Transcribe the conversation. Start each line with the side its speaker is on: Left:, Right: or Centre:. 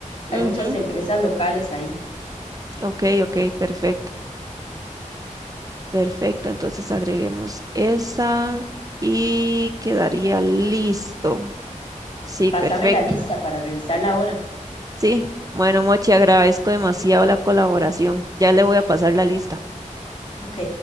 Right: ujú,
Left: Hay muchas empresas locales ahí.
Right: Ok, ok, perfecto. Perfecto. Entonces agreguemos esa y quedaría listo. Sí,
Left: Pásame
Right: perfecto.
Left: la lista para revisarla ahora.
Right: Sí. Bueno, Mochi, agradezco demasiado la colaboración. Ya le voy a pasar la lista.
Left: Ok.